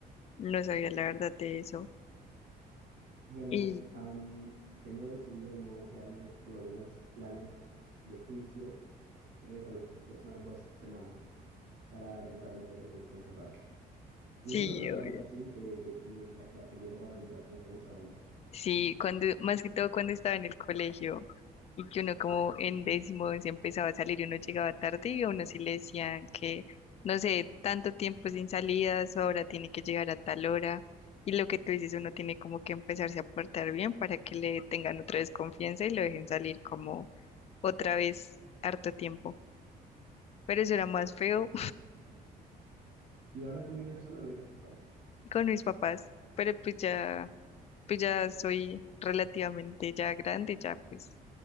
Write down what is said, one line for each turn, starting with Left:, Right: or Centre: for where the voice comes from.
Left: no sabía la verdad de eso.
Right: Bueno,
Left: Y
Right: am, tengo decidido no quedarme, por lo menos, planes de juicio eh, por las próximas dos semanas para recuperar un poco confianza, ¿sabes? ¿Nunca
Left: sí,
Right: te ha pasado
Left: obvio.
Right: algo así que, que necesitas quedarte quieto para recuperar confianza o no?
Left: Sí, cuando, más que todo cuando estaba en el colegio y que uno como en décimo se empezaba a salir y uno llegaba tarde y a uno sí le decían que, no sé, tanto tiempo sin salidas, ahora tiene que llegar a tal hora. Y lo que tú dices, uno tiene como que empezarse a portar bien para que le tengan otra vez confianza y lo dejen salir como otra vez harto tiempo. Pero eso era más feo
Right: Y ahora tú vives solo, vives con tus padres.
Left: con mis papás, pero pues ya, pues ya soy relativamente ya grande, ya pues,